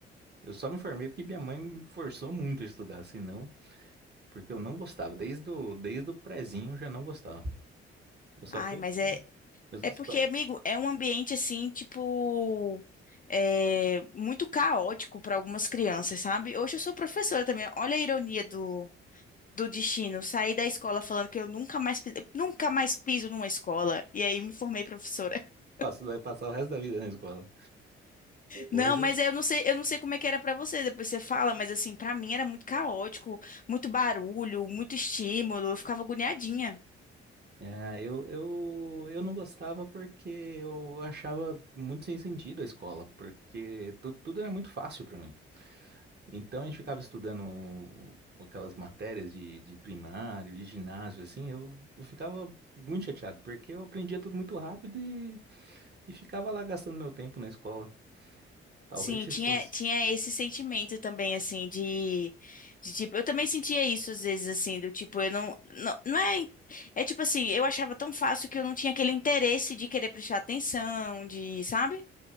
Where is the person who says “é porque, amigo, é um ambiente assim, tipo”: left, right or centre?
Left